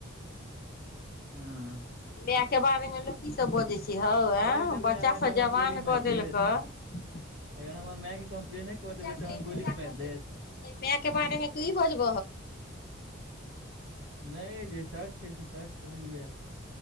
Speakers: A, on the right; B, on the left.
A: हम्म
B: इया के बारे मे लो की सब बजे छै। ह आ
A: कहि देबै
B: बच्चा
A: अहाँ
B: सब
A: तऽ हमरा
B: जवान
A: गोली
B: कऽ
A: मारि
B: देलक,
A: देत
B: देलाय
A: अगर हमर माय के कम्प्लेने कऽ देबै तऽ हमरा गोली मारि देत
B: के बारे मे तू ई बजब।
A: नहि जे सच छै से सच कहलियै।